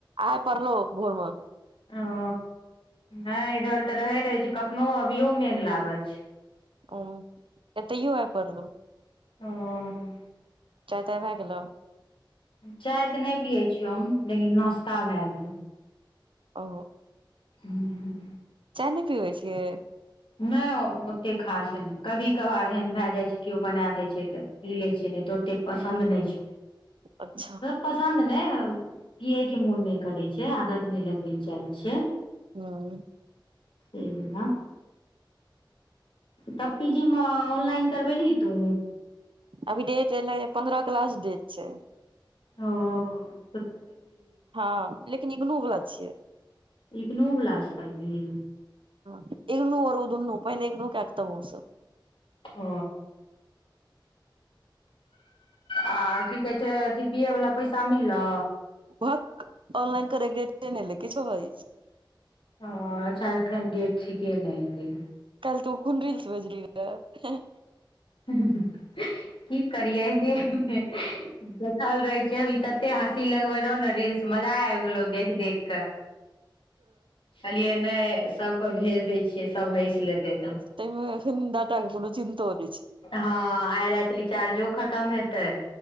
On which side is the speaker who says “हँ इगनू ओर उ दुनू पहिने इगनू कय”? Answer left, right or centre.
Right